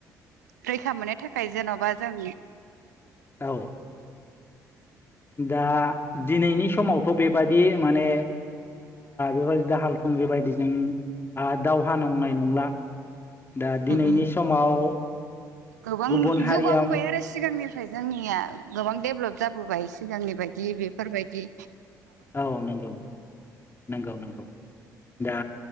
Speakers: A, on the right (about 80°); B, on the left (about 25°).
A: रैखा मोननो थाखाय जेन'बा बा जों
B: औ। दा दिनैनि समावथ' बेबायदि माने। बेफोर दाहाल थुंग्रि बायदिजों दावहा नांनाय नंला। दा दिनैनि
A: उम
B: समाव
A: गोबां
B: गुबुन हारिया
A: जौगाबोबाय
B: औ
A: आरो सिगांनिफ्राय जोंनिया गोबां डेभलप जाबोबाय सिगांनि बायदि बेफोर बायदि
B: औ नंगौ नंगौ नंगौ। दा